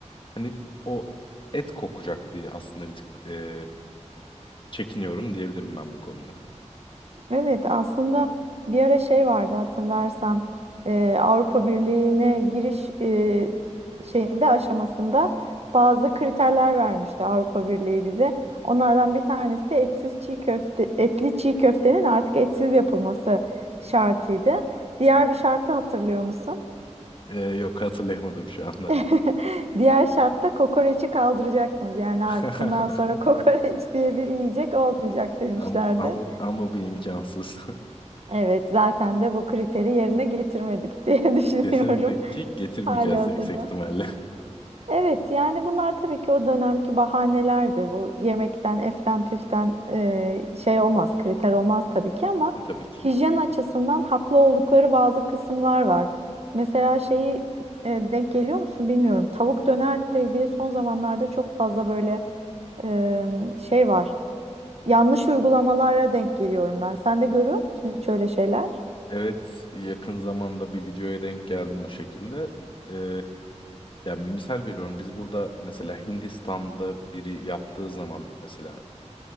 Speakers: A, on the left; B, on the right.
A: Hani o et kokacak diye aslında bir tık e, çekiniyorum diyebilirim ben bu konuda.
B: Evet aslında bir ara şey vardı hatırlarsan e, Avrupa Birliği'ne giriş e, şeyinde aşamasında bazı kriterler vermişti Avrupa Birliği bize. Onlardan bir tanesi de etsiz çiğ köfte, etli çiğ köftenin artık etsiz yapılması şartıydı. Diğer bir şartı hatırlıyor musun?
A: E, yok hatırlayamadım şu anda.
B: <laughs> Diğer şartta kokoreçi kaldıracaksınız. Yani
A: <laughs>
B: artık bundan sonra <laughs> kokoreç diye bir yiyecek olmayacak demişlerdi.
A: Ama, ama, ama bu imkansız.
B: Evet, zaten de bu kriteri yerine getirmedik <laughs> diye
A: <laughs>
B: düşünüyorum
A: Kesinlikle ki getirmeyeceğiz
B: halihazırda.
A: de yüksek ihtimalle.
B: Evet, yani bunlar tabii ki o dönemki bahanelerdi. Bu yemekten, eften, püften e, şey olmaz, kriter olmaz tabii ki ama
A: E, tabii ki.
B: hijyen açısından haklı oldukları bazı kısımlar var. Mesela şeyi e, denk geliyor musun bilmiyorum. Tavuk dönerle ilgili son zamanlarda çok fazla böyle e, şey var. Yanlış uygulamalara denk geliyorum ben. Sen de görüyor musun hiç öyle şeyler?
A: Evet, yakın zamanda bir videoya denk geldim o şekilde. Ee, yani misal veriyorum biz burada mesela Hindistan'da biri yaptığı zaman mesela